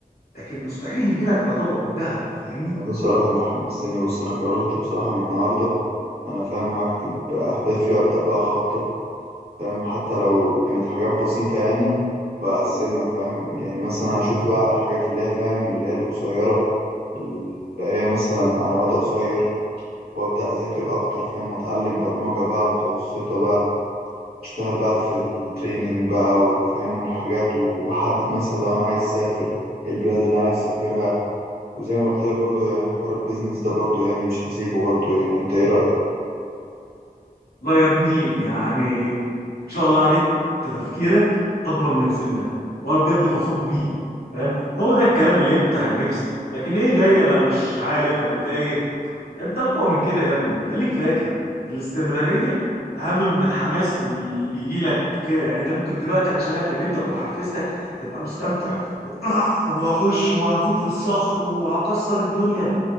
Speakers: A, on the left (about 80°); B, on the right (about 80°).
A: لكن مستحيل يجي لك على طبق من دهب فاهمني
B: ده صراحة انت حمستني بص انا قررت بصراحة من النهاردة انا فاهم هكتب اهدافي ابدأ بقى اخطط فاهم حتى لو كانت حاجات بسيطة يعني واقسمها فاهم يعني مثلا اشوف بقى الحاجات اللي هي فاهم اللي هي القصيرة اللي هي مثلا على مدى قصير وابدأ اذاكر اكتر فاهم واتعلم برمجة بقى متوسطة بقى اشتغل بقى في التريننج بقى وفاهم والحاجات وحدد مثلا لو انا عايز اسافر البلاد اللي انا عايز اسافرها وزي ما قلت لك برضو يعني حوار البيزنس ده برضو يعني مش هسيبه برضو يعني انت ايه رأيك
A: لا يا ابني يعني ان شاء الله عليك أنت تفكيرك اكبر من سنك وانا بجد فخور بيك فاهم هو ده الكلام اللي يفتح النفس لكن ايه جاي انا مش عارف انا تايه انت اقوى من كده يا ابني خليك فاكر الاستمرارية اهم من الحماس اللي بيجي لك كده يعني انت ممكن دلوقتي عشان انا كلمتك وحفزتك تبقى مستمتع و- <clears throat> وهخش وهفوت في الصخر وهكسر الدنيا